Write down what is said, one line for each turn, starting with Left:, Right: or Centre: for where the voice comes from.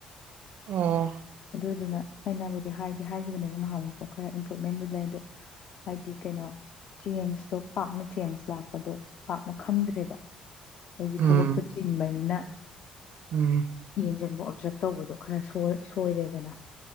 Right: ꯑ
Left: ꯑꯗꯨꯗꯨꯅ ꯑꯩꯅꯕꯨꯗꯤ ꯍꯥꯏꯗꯤ ꯍꯥꯏꯈꯤꯕꯅꯦꯕ ꯉꯥꯏꯍꯥꯃꯨꯛꯇꯣ ꯈꯔ ꯏꯝꯄ꯭ꯔꯨꯚꯃꯦꯟꯕꯨ ꯂꯩ ꯑꯗꯣ ꯍꯥꯏꯗꯤ ꯀꯩꯅꯣ ꯆꯦꯟꯖꯇꯣ ꯄꯥꯛꯅ ꯆꯦꯟꯖ ꯂꯥꯛꯄꯗꯣ ꯄꯥꯛꯅ ꯈꯪꯗ꯭ꯔꯦꯕ ꯑꯩꯁꯦ
Right: ꯎꯝ
Left: ꯊꯕꯛꯇꯣ ꯆꯤꯟꯕꯅꯤꯅ
Right: ꯎꯝ
Left: ꯌꯦꯡꯁꯤꯟꯕ ꯑꯣꯞꯖꯥꯔꯕ ꯇꯧꯕꯗꯣ ꯈꯔ ꯁꯣꯏꯔꯦꯗꯅ